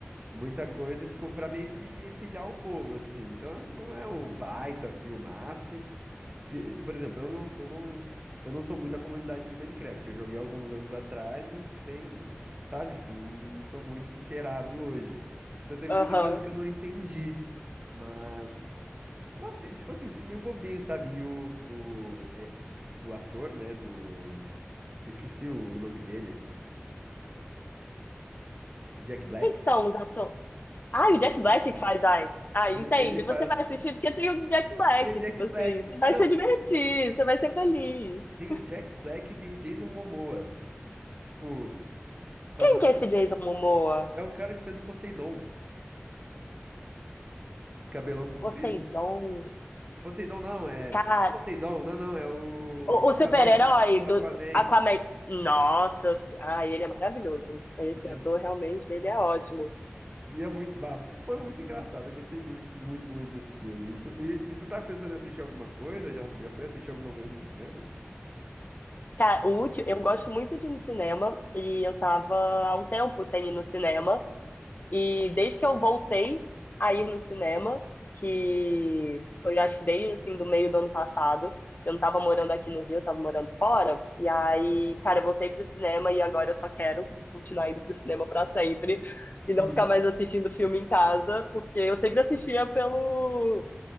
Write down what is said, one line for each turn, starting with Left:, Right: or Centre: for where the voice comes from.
Right: muita coisa, tipo, pra meio que pilhar o povo, assim. Então, as- não é o baita filmaço. Se, por exemplo, eu não, eu não, eu não sou muito da comunidade de Minecraft. Eu joguei alguns anos atrás, mas bem, sabe? Tipo, não sou muito inteirado hoje. Então, teve muita
Left: aham.
Right: coisa que eu não entendi, mas... Uma fi- tipo assim, um filme meio bobinho, sabe? E o, o, é, o ator, né, do... Eu esqueci o, o nome dele. O Jack Black.
Left: Quem que são os atores? ah o Jack Black que faz, ai. Ai,
Right: Ele,
Left: entende?
Right: ele
Left: Você
Right: faz...
Left: vai assistir porque tem o Jack Black,
Right: Tem o Jack
Left: tipo
Right: Black.
Left: assim. Você vai
Right: Não,
Left: se divertir, você vai ser feliz.
Right: tem o Jack Black e tem o Jason Momoa. De, tipo, fazendo...
Left: Quem que é esse Jason Momoa?
Right: É o cara que fez o Poseidon. Cabelão comprido.
Left: Poseidon.
Right: Poseidon não, é...
Left: Cara,
Right: Que Poseidon? Não, não, é o
Left: O,
Right: Aquaman.
Left: o super-herói
Right: O
Left: do
Right: Aquaman.
Left: Aquaman. Nossa, se- ai, ele é maravilhoso. Esse
Right: Eu disse-
Left: ator realmente, ele é ótimo.
Right: E é muito, ah, foi muito engraçado. Eu gostei muito, muito, muito desse filme. E tu, e, e tu tá pensando em assistir alguma coisa? Já, já foi assistir alguma coisa no cinema?
Left: Cara, o último, eu gosto muito de ir no cinema e eu tava há um tempo sem ir no cinema. E desde que eu voltei a ir no cinema, que foi acho que desde assim do meio do ano passado, eu não tava morando aqui no Rio, eu tava morando fora. E aí, cara, eu voltei pro cinema e agora eu só quero continuar indo pro cinema pra sempre e não
Right: Hum.
Left: ficar mais assistindo filme em casa, porque eu sempre assistia pelo